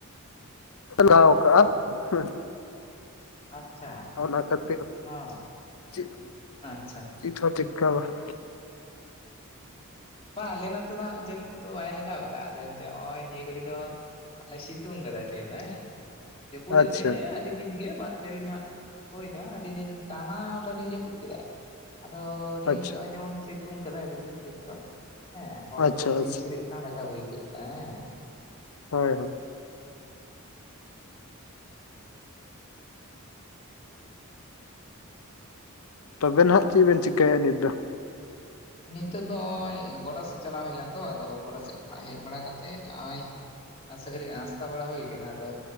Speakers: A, on the left (about 75°); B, on the left (about 25°).
A: ᱞᱟᱜᱟᱣ ᱠᱟᱜ ᱦᱩ᱾
B: ᱟᱪᱪᱷᱟ
A: ᱚᱱᱟ ᱠᱷᱟᱹᱛᱤᱨ
B: ᱚ
A: ᱪᱮᱫ
B: ᱟᱪᱪᱷᱟ
A: ᱱᱤᱛ ᱦᱚ ᱴᱮᱠᱟ ᱵᱟ <unintelligible>
B: ᱵᱟᱝ ᱟᱞᱮ ᱱᱚᱛᱮ ᱫᱚ ᱦᱟᱜ ᱡᱟᱹᱯᱩ ᱫᱚ, ᱵᱟᱭ ᱞᱟᱜᱟᱣ ᱟᱠᱟᱫᱼᱟ, ᱟᱫᱚ ᱮᱱᱛᱮ ᱱᱚᱜᱼᱚᱭ ᱱᱤᱭᱟᱹ ᱜᱷᱟᱹᱲᱤ ᱫᱚ᱾ ᱟᱨᱮ ᱥᱤᱛᱩᱝ ᱠᱟᱫᱟᱭ ᱛᱮᱦᱮ ᱫᱚ ᱦᱮ, ᱡᱟᱹᱯᱩᱫ
A: ᱟᱪᱪᱷᱟ
B: ᱮᱫ ᱛᱟᱦᱮᱫ ᱮᱸ, ᱟᱹᱰᱤ ᱫᱤᱱ ᱜᱮ ᱵᱟᱨ ᱯᱮ ᱫᱤᱱ ᱦᱟᱜ ᱦᱳᱭ ᱱᱟ, ᱟᱹᱰᱤ ᱫᱤᱱ ᱴᱟᱱᱟ ᱴᱟᱱᱤ ᱡᱟᱹᱯᱩᱫ ᱠᱮᱫᱟᱭ᱾ ᱟᱫᱚ ᱱᱤᱭᱟᱹ
A: ᱟᱪᱪᱷᱟ
B: ᱜᱷᱟᱹᱲᱤᱡ ᱫᱚ, ᱱᱚᱜᱼᱚᱭ ᱡᱮᱢᱚᱱ ᱥᱤᱛᱩᱝ ᱠᱟᱫᱟᱭ ᱟᱹᱰᱤ ᱡᱳᱨ ᱛᱮᱦᱮᱧ ᱫᱚ᱾ ᱦᱮᱸ ᱦᱚᱲᱢᱚ
A: ᱟᱪᱪᱷᱟ
B: ᱠᱚ ᱪᱤᱞ
A: ᱟᱪᱪᱷᱟ
B: ᱪᱤᱞᱟᱹᱜ ᱠᱟᱱ ᱞᱮᱠᱟ, ᱟᱹᱭᱠᱟᱹᱜ ᱠᱟᱱᱟ ᱦᱮᱸ᱾
A: ᱦᱳᱭ, ᱦᱳᱭ᱾ ᱛᱚᱵᱮ ᱱᱟᱱᱟᱜ ᱪᱮᱫ ᱵᱮᱱ ᱪᱤᱠᱟᱭᱼᱟ, ᱱᱤᱛ ᱫᱚ?
B: ᱱᱤᱛᱚᱜ ᱫᱚ ᱚᱜᱚᱭ ᱜᱚᱰᱟ ᱥᱮᱫ ᱪᱟᱞᱟᱣ ᱦᱳᱭ ᱞᱮᱱᱟ ᱛᱚ, ᱟᱫᱚ ᱜᱚᱰᱟ ᱥᱮᱫ ᱠᱷᱚᱱᱟᱜ ᱦᱮᱡ ᱵᱟᱲᱟ ᱠᱟᱛᱮ ᱮᱱᱛᱮᱫ ᱚᱜᱼᱚᱭ ᱟᱥᱮ ᱠᱟᱴᱤᱡ ᱱᱟᱥᱛᱟ ᱵᱟᱲᱟ ᱦᱳᱭ ᱠᱟᱱᱟ, ᱟᱫᱚ